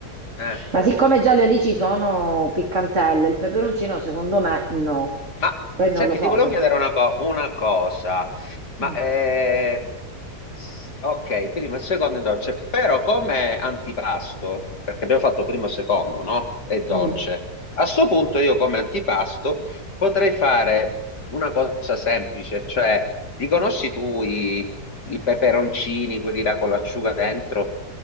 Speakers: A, on the left; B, on the right.
A: eh.
B: Ma No. siccome già le alici sono piccantelle, il peperoncino secondo me no.
A: Ma
B: Poi
A: senti,
B: non lo so
A: ti volevo
B: se...
A: chiedere una, co- una cosa. Ma
B: Mm,
A: eh, s- ok, primo e secondo è dolce, però come antipasto, perché abbiamo fatto primo e secondo, no? È dolce.
B: mm,
A: A sto punto io come antipasto potrei fare una cosa semplice, cioè li conosci tu i, i peperoncini, quelli là con l'acciuga dentro?